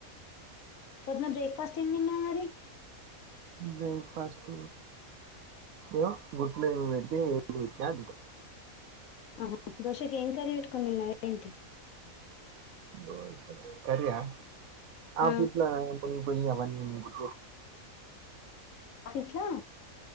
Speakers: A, on the left (about 75°); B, on the right (about 75°).
A: పొద్న బ్రేక్ ఏం తిన్నావు మరి
B: బ్రేక్ఫాస్ట్ ఏో గురుకులడితే ఏ వి అ
A: ఆహా దోశాకి ఏం కర పెట్టుకుందిన్న ఏంటి
B: ఓహో కర్రీయా
A: ఆ,
B: ఆఫీస్ లో పనిపోయి అవన్నీంట
A: ఆఫీస్లా